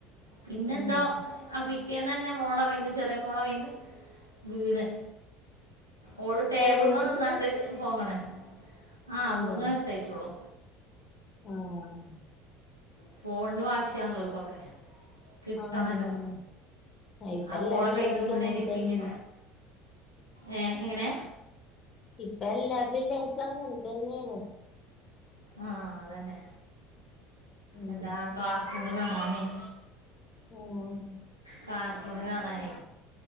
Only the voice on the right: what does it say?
പിന്നെന്തോ
ആ പിറ്റേന്ന തന്നെ മോള കയ്യിന്ന് ചെറിയ മോള കയ്യിന്ന് വീണ് ഓള് ടേബിള്മെ
നിന്നാണ്ട് ഫോൺ കാണണെ ആഹ്
മൂന്ന് വയസായിട്ടുള്ളൂ.
ഫോണിന് വാശി ആണല്ലോ ഇവർക്കൊക്കെ കിട്ടണല്ലോ
ആ
ഓള
കയ്യിന്ന് വീണല്
പിന്നെ ഏ എങ്ങനെ
ആഹ് അതന്നെ
എന്താ കാർട്ടൂണ് കാണാനും
കാർട്ടൂണ് കാണാനേ